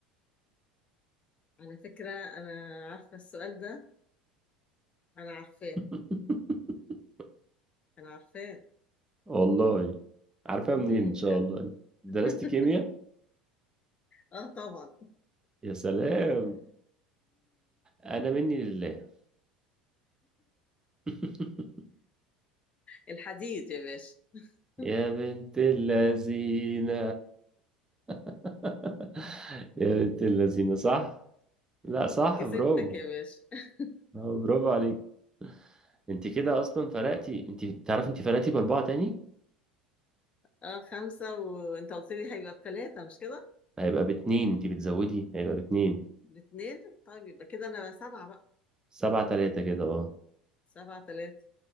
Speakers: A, on the left; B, on the right.
A: على فكرة انا عارفة السؤال ده انا عارفاه
B: <laughs>
A: انا عارفاه
B: والله عارفها
A: مم.
B: منين ان شاء
A: أنا-
B: الله درست
A: <laughs>
B: كيمياء
A: اه طبعا
B: يا سلام انا مني لله <laughs>
A: الحديد يا باشا <laughs>
B: يا بنت اللذينة <laughs> يا بنت اللذينة صح لا صح
A: كسبتك
B: برافو
A: يا باشا <laughs>
B: آه، برافو عليك انت كده اصلا فرقتي انت تعرف انت فرقتي باربعة تاني
A: اه خمسة وانت قلت لي هيبقى بثلاثة مش كده؟
B: هيبقى باتنين انتي بتزودي هيبقى باتنين
A: باتنين طيب يبقى كده انا سبعة بقى
B: سبعة تلاتة كده اه
A: سبعة ثلاثة